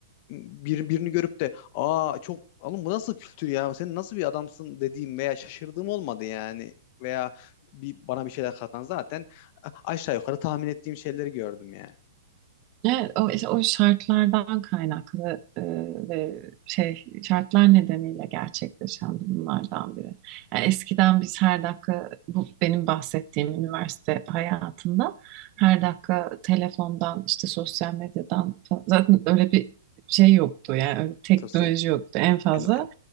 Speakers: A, on the left (about 45°); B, on the right (about 40°).
A: bir, birini görüp de aa çok oğlum bu nasıl kültür ya sen nasıl bir adamsın dediğim veya şaşırdığım olmadı yani veya bir bana bir şeyler katan zaten a- aşağı yukarı tahmin ettiğim şeyleri gördüm yani.
B: Evet, o, işte o şartlardan kaynaklı e, ve şey şartlar nedeniyle gerçekleşen durumlardan biri. Yani eskiden biz her dakika bu benim bahsettiğim üniversite hayatında her dakika telefondan işte sosyal medyadan falan- zaten öyle bir şey yoktu yani öyle bir teknoloji
A: Tosya-
B: yoktu en fazla
A: Aynen.